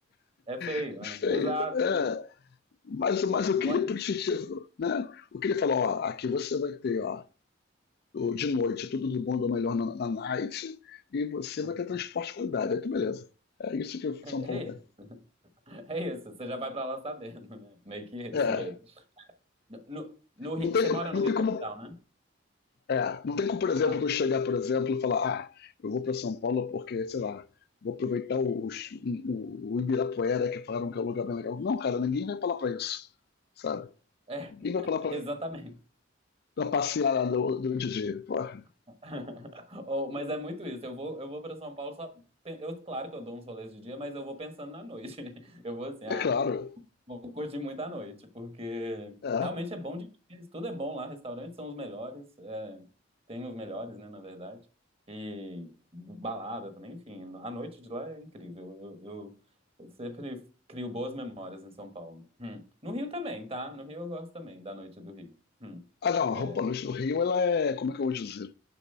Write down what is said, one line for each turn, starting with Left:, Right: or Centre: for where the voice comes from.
Right: é feio,
Left: É
Right: né?
Left: feio.
Right: Exato.
Left: É. Mas, mas o
Right: Não
Left: que ele
Right: é...
Left: precisa,
Right: hum,
Left: né? O que ele falou, ó, aqui você vai ter, ó,
Right: hum,
Left: de noite, tudo do bom do melhor na, na night, e você vai
Right: hum.
Left: ter transporte de qualidade. Aí tu beleza. É isso que
Right: É
Left: São Paulo tem.
Right: isso. É isso, você já vai pra lá sabendo, né? Meio que isso
Left: É.
Right: mesmo. No, no- no Rio,
Left: Não tem,
Right: você mora no
Left: não
Right: Rio
Left: tem como
Right: Capital, né?
Left: É, não tem como, por exemplo,
Right: Ah,
Left: eu
Right: tá.
Left: chegar, por exemplo, e falar, ah, eu vou para São Paulo porque, sei lá, vou aproveitar os, um, o, o Ibirapuera, que falaram que é um lugar bem legal. Não, cara, ninguém vai pra lá pra isso, sabe?
Right: É,
Left: Ninguém vai
Right: <laughs>
Left: pra lá pra,
Right: exatamente.
Left: pra passear lá do- durante o dia. Porra,
Right: <laughs> Oh, mas é muito isso. Eu vou, eu vou para São Paulo só. pe- Eu, claro que eu dou uns rolês de dia, mas eu vou pensando na noite. <laughs> Eu vou assim, ah,
Left: é claro,
Right: Vou curtir muito a noite, porque
Left: é.
Right: realmente é bom demais. Tudo é bom lá, restaurantes são os melhores, é, tem os melhores, né, na verdade. E balada também, enfim, a noite de lá é incrível. Eu, eu- eu sempre crio boas memórias em São Paulo. Hum. No Rio também, tá? No Rio eu gosto também da noite do Rio. Hum.
Left: Ah, não,
Right: É,
Left: a Roupa Noite do Rio, ela é, como é que eu vou dizer?